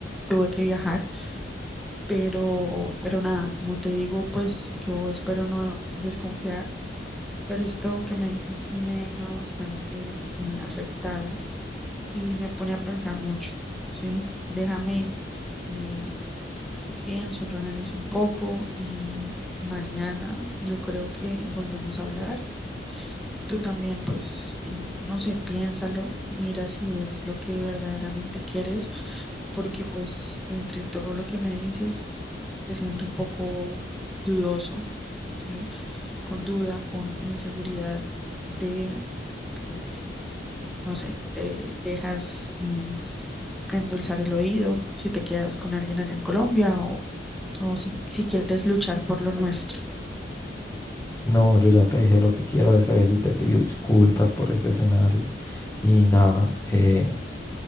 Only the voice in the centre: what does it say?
tuve que viajar, pero, pero nada, como te digo, pues yo espero no desconfiar, pero esto que me dices sí me deja bastante eh, afectada y me pone a pensar mucho, ¿sí? Déjame, eh, yo pienso, yo analizo un poco y mañana yo creo que volvemos a hablar. Tú también, pues, eh, no sé, piénsalo, mira si es lo que verdaderamente quieres, porque pues entre todo lo que me dices, te siento un poco dudoso, ¿sí? Con duda, con inseguridad de, de si, no sé, te dejas... eh, endulzar el oído, si te quedas con alguien allá en Colombia o, o si, si quieres luchar por lo nuestro.